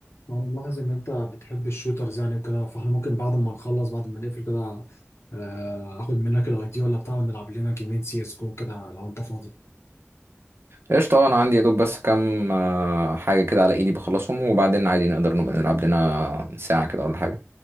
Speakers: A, on the left; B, on the right.
A: وانا ملاحظ ان انت بتحب الشوترز يعني وكده فاحنا ممكن بعد ما نخلص بعد ما نقفل كده آه، اخد منك الاي دي ولا بتاع ونلعب لنا جيمين سي اس جو كده لو انت فاضي
B: قشطة انا عندي يا دوب بس كام آه، حاجة كده على ايدي بخلصهم وبعدين عادي نقدر نبقى نلعب لنا ساعة كده ولا حاجة